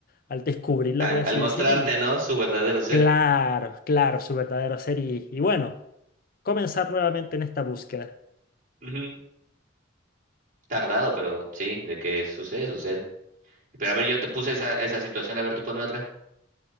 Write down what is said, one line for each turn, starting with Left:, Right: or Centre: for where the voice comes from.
Left: al descubrirla,
Right: A-
Left: por así
Right: al mostrarte,
Left: decir, y
Right: ¿no? Su verdadero ser.
Left: claro, claro, su verdadero ser, y, y bueno, comenzar nuevamente en esta búsqueda.
Right: Ujú. Tardado, pero sí, de que sucede, sucede. Pero a ver, yo te puse esa, esa situación, a ver, tú ponme otra.